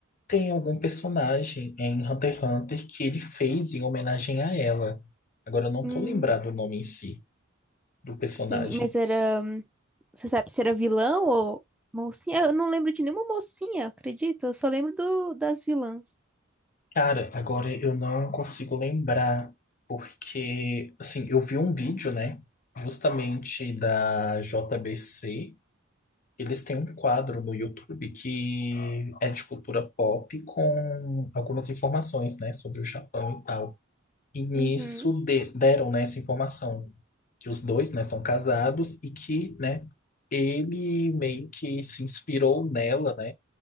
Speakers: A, on the left; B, in the centre.
A: tem algum personagem em Hunter x Hunter que ele fez em homenagem a ela. Agora eu não
B: Hum,
A: tô lembrado o nome em si do personagem.
B: sim, mas era. hum, Você sabe se era vilão ou mocinha? Eu não lembro de nenhuma mocinha, acredita? Eu só lembro do, das vilãs.
A: Cara, agora eu não consigo lembrar, porque, assim, eu vi um vídeo, né, justamente da JBC. Eles têm um quadro no YouTube que é de cultura pop com algumas informações, né, sobre o Japão e tal. E nisso
B: Uhum.
A: de- deram, né, essa informação que os dois, né, são casados e que, né, ele meio que se inspirou nela, né,